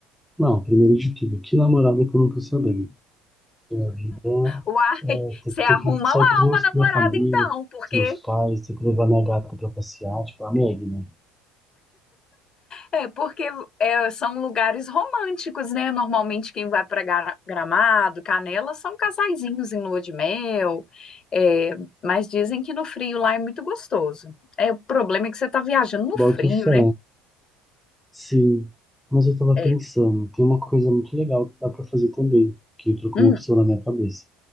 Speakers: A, in the centre; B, on the left.
A: Não, primeiro de tudo, que namorada que eu não tô sabendo. que a vida
B: Uai, <laughs>
A: é ter,
B: você arruma
A: ter que sair
B: lá
A: com os meus-
B: uma namorada
A: minha família,
B: então,
A: com
B: porque
A: os meus pais, ter que levar minha gata pra passear, tipo, a Meg, né?
B: É, porque é, são lugares românticos, né? Normalmente quem vai para Gramado, Canela, são casaizinhos em lua de mel, é, mas dizem que no frio lá é muito gostoso. É, o problema é que você está viajando no
A: Boto
B: frio,
A: fé,
B: né?
A: sim. Mas eu tava
B: É.
A: pensando, tem uma coisa muito legal que dá pra fazer também, que entrou como
B: Hum,
A: opção na minha cabeça.